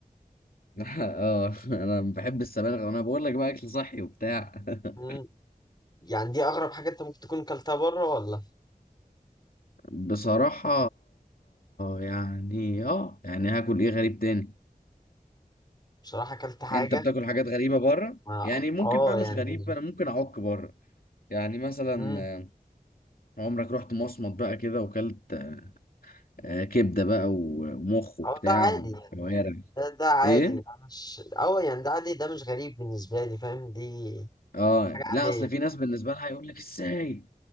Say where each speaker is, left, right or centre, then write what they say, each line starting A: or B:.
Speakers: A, on the left; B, on the left.
A: <laughs> اه انا بحب السبانخ انا بقول لك بقى اكل صحي وبتاع <laughs>
B: مم. يعني دي اغرب حاجه انت ممكن تكون كلتها بره ولا
A: بصراحة يعني اه يعني هاكل ايه غريب تاني
B: بصراحه كلت حاجه
A: انت بتاكل حاجات غريبة بره
B: ما
A: يعني ممكن
B: اه
A: بقى مش
B: يعني
A: غريبة انا ممكن اعك بره يعني مثلا
B: مم.
A: آه، عمرك رحت مصمت بقى كده وكلت آه، كبدة بقى و- ومخ وبتاع
B: اه ده عادي يعني
A: وكوارع
B: ده, ده عادي
A: ايه
B: ده مش اه يعني ده عادي ده مش غريب بالنسبه لي فاهم دي
A: اه
B: حاجه عاديه
A: لا اصل في ناس بالنسبة لها يقول لك ازاي